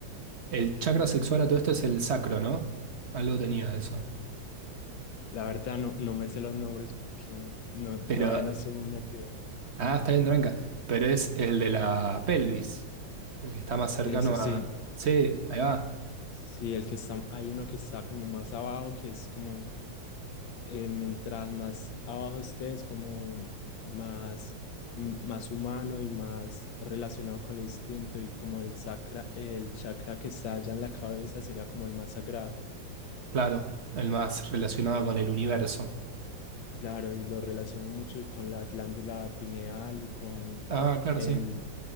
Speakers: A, on the right; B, on the left.
A: El chakra sexual a todo esto es el sacro, ¿no? Algo tenía de eso.
B: La verdad no, no me sé los nombres porque no,
A: Pero...
B: todavía no estoy muy metido.
A: Ah, está bien, tranca. Pero es el de la pelvis, el que está más cercano
B: Eso
A: a...
B: sí.
A: Sí, ahí va.
B: Sí, el que está, hay uno que está como más abajo, que es como eh, mientras más abajo estés, como más, m- más humano y más relacionado con el instinto y como el sacra, el chakra que está allá en la cabeza sería como el más sagrado.
A: Claro, el más relacionado con el universo.
B: Claro, y lo relaciona mucho con la glándula pineal y con
A: Ah, claro,
B: el,
A: sí.